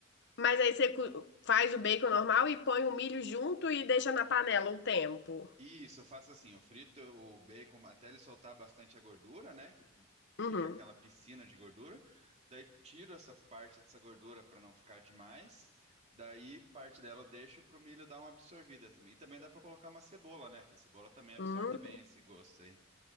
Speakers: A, on the left (about 55°); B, on the right (about 35°).
A: Mas aí você cu- faz o bacon normal e põe o milho junto e deixa na panela um tempo.
B: Isso, eu faço assim, eu frito o bacon até ele soltar bastante a gordura, né? Que
A: Uhum.
B: fica aquela piscina de gordura. Daí tiro essa parte dessa gordura para não ficar demais. Daí parte dela eu deixo pro milho dar uma absorvida também. E também dá para colocar uma cebola, né? Que a cebola também absorve
A: Hum,
B: bem esse gosto aí.